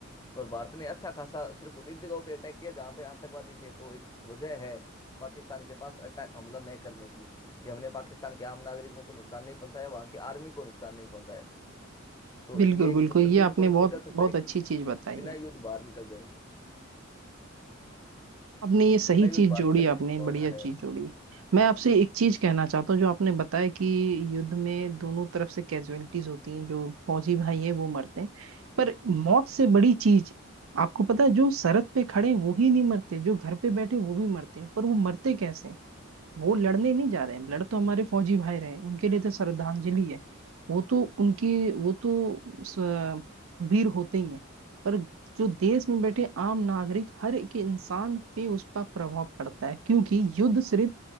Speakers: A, on the left (about 20°); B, on the right (about 80°).
A: और भारत ने अच्छा खासा सिर्फ उन्हीं जगहों पे अटैक किया जहां पे आतंकवादी थे तो एक वजह है पाकिस्तान के पास अटैक हमला न करने की कि हमने पाकिस्तान के आम नागरिकों को नुकसान नहीं पहुंचाया वहां की आर्मी को नुकसान नहीं पहुंचाया तो
B: बिल्कुल
A: ये एक
B: बिल्कुल
A: मतलब
B: ये
A: मिड
B: आपने
A: पॉइंट
B: बहुत
A: निकल सकता
B: बहुत
A: है
B: अच्छी
A: कि
B: चीज बताई
A: बिना
B: है
A: युद्ध बाहर निकल जाए
B: आपने ये सही
A: बिना
B: चीज
A: युद्ध बाहर
B: जोड़ी
A: निकलने
B: आपने
A: की संभावना
B: बढ़िया चीज
A: है
B: जोड़ी मैं आपसे एक चीज कहना चाहता हूँ जो आपने बताया कि युद्ध में दोनों तरफ से कैजुअलिटीज होती हैं जो फौजी भाई हैं वो मरते हैं पर मौत से बड़ी चीज आपको पता है जो सरहद पे खड़े हैं, वो ही नहीं मरते जो घर पे बैठे वो भी मरते हैं पर वो मरते कैसे हैं? वो लड़ने नहीं जा रहे हैं लड़ तो हमारे फौजी भाई रहे हैं उनके लिए तो श्रद्धांजलि है वो तो उनके वो तो स- वीर होते ही हैं पर जो देश में बैठे आम नागरिक हर एक इंसान पे उसका प्रभाव पड़ता है क्योंकि युद्ध सिर्फ